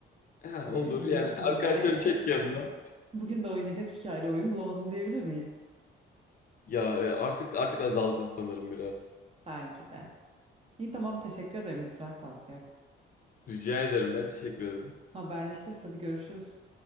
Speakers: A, on the left; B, on the right.
A: Ha,
B: Yine
A: olur
B: bugün
A: yani arkadaşlarını
B: bugün de
A: çek yanına.
B: Bugün de oynayacak hikayeli oyun bulamadım diyebilir miyiz?
A: Ya e, artık artık azaldı sanırım biraz.
B: Belki de. İyi tamam teşekkür ederim güzel tavsiye.
A: Rica ederim ben teşekkür ederim.
B: Haberleşiriz hadi görüşürüz.